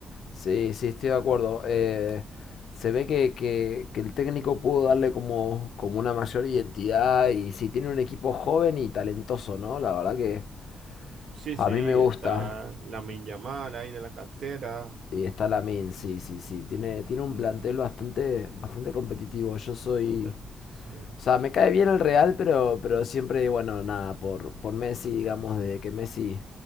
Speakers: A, on the left (about 70°); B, on the right (about 60°).
A: Sí, sí, estoy de acuerdo. Eh, se ve que, que- que el técnico pudo darle como, como una mayor identidad y sí, tiene un equipo joven y talentoso, ¿no? La verdad que
B: Sí, sí,
A: a mí me gusta.
B: está Lamine Yamal ahí de la cantera.
A: Y está Lamin, sí, sí, sí. Tiene, tiene un
B: Mm,
A: plantel bastante, bastante competitivo. Yo soy,
B: bastante- Sí,
A: O sea, me cae bien el Real, pero, pero siempre, bueno, nada, por, por Messi, digamos, desde que Messi